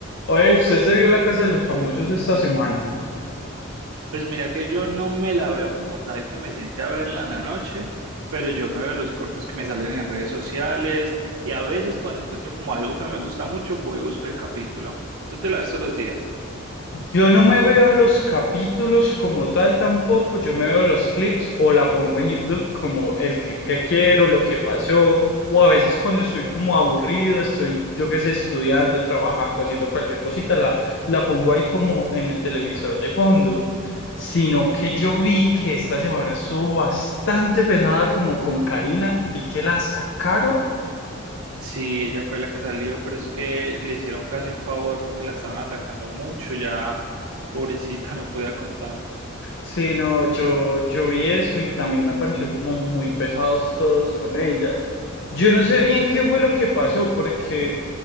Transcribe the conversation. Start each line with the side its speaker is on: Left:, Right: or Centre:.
Left: Oye, usted se vio La Casa de los Famosos esta semana.
Right: Pues mira que yo no me la veo como tal que me siente a verla en la noche, pero yo me veo los cortos que me salen en redes sociales y a veces cuando encuentro como algo que me gusta mucho, voy y busco el capítulo. ¿Tú te la ves todos los días?
Left: Yo no me veo los capítulos como tal tampoco, yo me veo los clips o la pongo en YouTube como el clip que quiero, lo que pasó, o a veces cuando estoy como aburrido, estoy, yo qué sé, estudiando, trabajando, haciendo cualquier cosita, la, la pongo ahí como en el televisor de fondo. Sino que yo vi que esta semana estuvo bastante pesada como con Karina, vi que la sacaron.
Right: Sí, ella fue la que salió, pero es que le hicieron casi un favor porque la estaban atacando mucho, ya pobrecita <laughs> no podía con tanto.
Left: Sí, no, yo, yo vi eso y también me pareció como muy pesados todos con ellas. Yo no sé bien qué fue lo que pasó, porque,